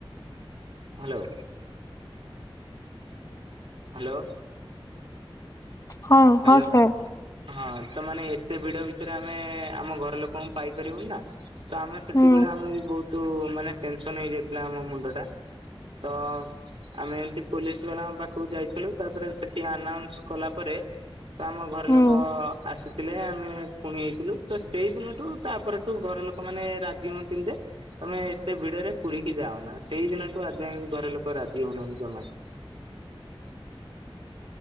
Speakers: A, on the right; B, on the left.
A: ହାଲୋ। ହାଲୋ।
B: ହଁ
A: ହାଲୋ
B: ହଁ ସାର୍
A: ହଁ ତ ମାନେ ଏତେ ଭିଡ ଭିତରେ ଆମେ ଆମ ଘର ଲୋକଙ୍କୁ ପାଇପାରିବୁନି ନା ତ ଆମେ ସେତବେଳେ
B: ହୁଁ
A: ଆମେ ବି ବହୁତ ତୁ ମାନେ ଟେନସନ ହେଇଯାଇଥିଲା ଆମ ମୁଣ୍ଡ ଟା। ତ ଆମେ ଏମତି ପୋଲିସ ବାଲା ପାଖକୁ ଯାଇଥିଲୁ ତାପରେ ସେଠି ଆନାଉନ୍ସ କଲା ପରେ ତ ଆମ ଘର
B: ହୁଁ
A: ଲୋକ ଆସି ଥିଲେ, ଆମେ ପୁଣି ଯାଇଥିଲୁ ତ ସେଇ ଦିନଠୁ ତାପରଠୁ ଘର ଲୋକମାନେ ରାଜି ହୁଅନ୍ତିନି ଯେ ତମେ ଏତେ ଭିଡରେ ପୁରିକି ଯାଅନା, ସେଇ ଦିନଠୁ ଆଜ ଘରେ ଲୋକ ରାଜି ହଉନାହାନ୍ତି ଜମା। <inaudible>